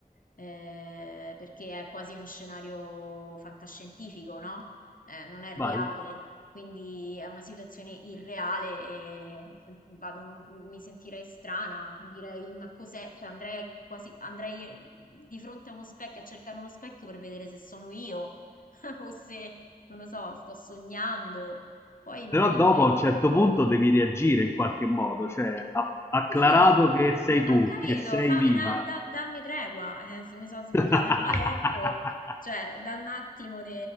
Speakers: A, on the left; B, on the left.
A: eh, perché è quasi uno scenario fantascientifico, no? Eh, non è reale,
B: vai.
A: quindi è una situazione irreale e eh, vado- mi sentirei strana, direi, ma cos'è? Cioè, andrei quasi, andrei eh, di fronte a uno specchio, a cercare uno specchio per vedere se sono io, <laughs> o se, non lo so, sto sognando. Poi magari
B: Però dopo
A: andrei
B: a un certo punto devi reagire in qualche modo, cioè a- acclarato
A: Sì, sì,
B: che sei tu,
A: ho capito,
B: che sei
A: fa-
B: viva.
A: era- da- dammi tregua, eh, se mi sono svegliata
B: <laughs>
A: in Marocco, cioè da un attimo di...